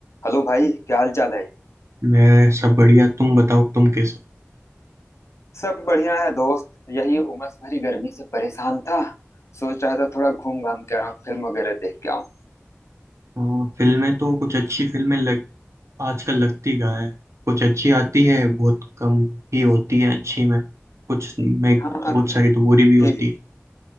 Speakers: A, on the left; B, on the right.
A: Hello भाई क्या हाल चाल है
B: मैं सब बढ़िया तुम बताओ तुम कैसे
A: सब बढ़िया है दोस्त यही उमस भरी गर्मी से परेशान था सोच रहा था थोड़ा घूम घाम के आऊं फिल्म वगैरह देख के आऊं
B: हो? अ, फिल्में तो कुछ अच्छी फिल्में लग आजकल लगती कहाँ है कुछ अच्छी आती है बहुत कम ही होती है अच्छी में कुछ में
A: हाँ
B: बहुत सारी तो बुरी भी होती
A: जी जी
B: है